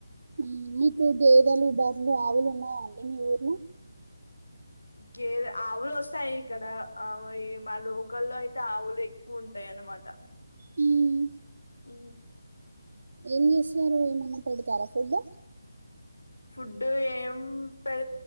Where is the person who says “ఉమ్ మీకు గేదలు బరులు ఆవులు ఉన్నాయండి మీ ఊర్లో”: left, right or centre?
Right